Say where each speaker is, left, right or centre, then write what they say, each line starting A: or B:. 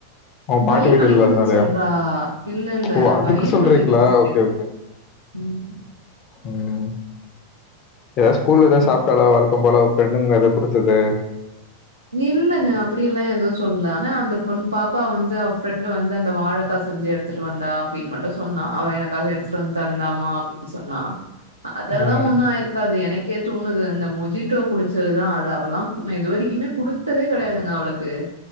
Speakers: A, on the left; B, on the right.
A: அவன்
B: வயிர்
A: பாட்டு வீடு
B: வலிக்குதுன்னு
A: இல்லாதனாலயா
B: சொல்றா இல்ல இல்ல
A: ஓ அதுக்கு
B: வயிறு
A: சொல்றீங்களா
B: வலிக்குதுன்னு சொல்லிட்டு
A: ஓகே
B: இரு
A: ஓகே
B: ம்
A: ம் ஏதாவது ஸ்கூல்ல ஏதாவது
B: ஆ
A: சாப்பிட்டாலோ வளர்க்கம் போல ப்ரெண்டுங்க ஏதாவ குடுத்தது
B: இல்லலைங்க அப்டி எல்லாம் எதுவும் சொல்லல ஆனா அந்த பொண் பாப்பா வந்து அவ ஃப்ரெண்டு வந்து அந்த வாழைக்கா செஞ்சு எடு எடுத்துட்டு வந்தா அப்டின்னு மட்டும் சொன்னா அவன் எனக்காக எடுத்துட்டு வந்து தந்தாமா அப்டின்னு சொன்னா அ அதெல்லா
A: ம்
B: ஒண்ணு ஆய்ரு க்காது எனக்கே தோணுது அந்த மொஜிட்டோ குடிச்சதுதா அது அவெல்லா இது வரைக்குமே குடுத்ததே கிடையாது அவளுக்கு